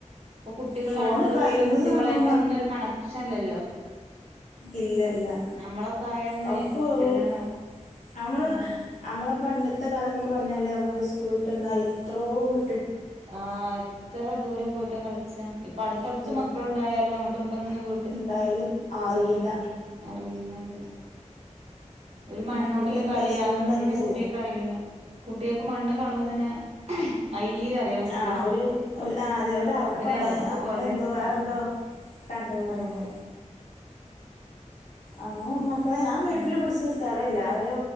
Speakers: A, on the right; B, on the left.
A: ഇപ്പം കുട്ടികൾ
B: ഫോണ്
A: അടുത്തുള്ള
B: കഴിയുന്നത്
A: വീട്ടിലെ കുട്ടികളായിട്ട്
B: നമ്മൾ
A: ഒന്നും ഒരു കണക്ഷൻ ഇല്ലല്ലോ
B: ഇല്ലല്ലാ
A: നമ്മളൊക്കെ ആയന്ന്
B: അവർക്കു - ക്കും
A: എല്ലാ
B: നമ്മള്
A: ആഹ്
B: നമ്മളാ പണ്ടത്തെ കാലം എന്ന് ഒക്കെ പറഞ്ഞാല് നമ്മള് സ്കൂള് വിട്ട് വന്നാലേ ഇത്രോ -
A: ആഹ് എത്ര ദൂരം പോയിട്ടാകളിച്ചേ ഇപ്പം അടുത്തടുത്ത്
B: ഇത്
A: മക്കൾ ഉണ്ടായാലും അങ്ങോട്ടും ഇങ്ങോട്ടും ഒന്നുംവിട്ട്
B: എന്തായാലും
A: പോകുല്ലാ
B: അറിയില്ല
A: അറിയില്ലാ ന്തേ ഒരു മണ്ണ്കൊണ്ട്
B: മക്കൾക്കൊന്നും
A: ഉള്ള കളി
B: പരസ്പരം
A: അങ്ങനെഒന്നും
B: ബന്ധല്ല
A: കുട്ടികൾക്ക് അറിയില്ലല്ലോ കുട്ടികൾക്ക് മണ്ണ് കാണുമ്പോൾ തന്നെ അയ്യേ അറിയ കുട്ടികൾ
B: ആഹ് ഒരുആഹ് അതെ അറപ്പാണ്
A: ഒരറപ്പ്
B: നമ്മളെന്തോ
A: പോലെ
B: വേറെന്തോ
A: ആഹ്
B: കണ്ടെപോലെയാണ്
A: അതെ
B: ആഹ് അങ്ങനെ ഞാൻ വീട്ടില്
A: ഉം
B: പിടിച്ച് നിർത്താറില്ല - അവരെ